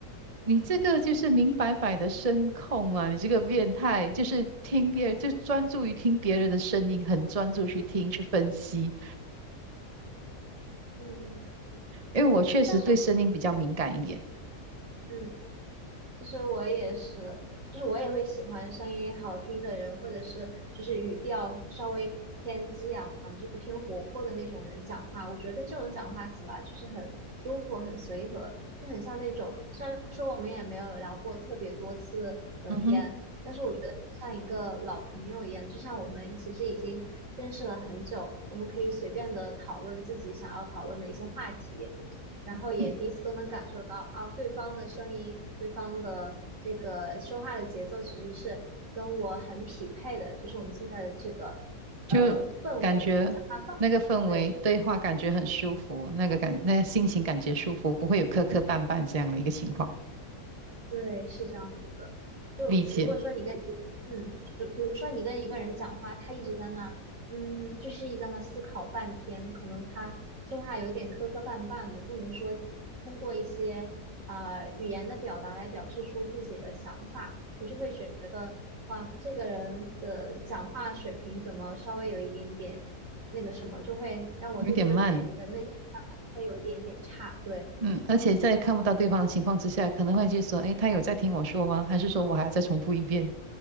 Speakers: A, on the right; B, on the right.
A: 你这个就是明摆摆的声控啊，你这个变态，就是听别人，就专注于听别人的声音，很专注去听去分析。
B: 嗯
A: 因为我确实对声音比较敏感一点，
B: 但是。嗯。其实我也是，就是我也会喜欢声音好听的人，或者是就是语调稍微偏激昂，就是偏活泼的那种人讲话。我觉得跟这种讲话起来就是很舒服、很随和，就很像那种。虽然说我们也没有聊过特别多次的天，
A: 嗯哼，
B: 但是我觉得就像一个老朋友一样，就像我们其实已经认识了很久，我们可以随便的讨论自己想要讨论的一些话题。然后也彼此都能感受到啊，
A: 嗯，
B: 对方的声音，对方的这个说话的节奏其实是跟我很匹配的，就是我们现在的这个呃氛围，
A: 就感觉那个氛围对话感觉很舒服，
B: 讲话氛围，对。
A: 那个感那心情感觉舒服，不会有磕磕绊绊这样的一个情况，
B: 对，是这样子的。就如果说你跟一个嗯，
A: 理解。
B: 就比如说你跟一个人讲话，他一直在那儿，嗯，就是一直在那思考半天，可能他说话有点磕磕绊绊的，不能说通过一些啊语言的表达来表示出自己的想法，我就会觉得，哇，这个人的讲话水平怎么稍微有一点点那个什么，就会让我对这个人人的印象可能会有一点点差，
A: 有点慢，
B: 对。
A: 嗯，而且在看不到对方的情况之下，可能会去说，诶，他有在听我说吗？还是说我还要再重复一遍？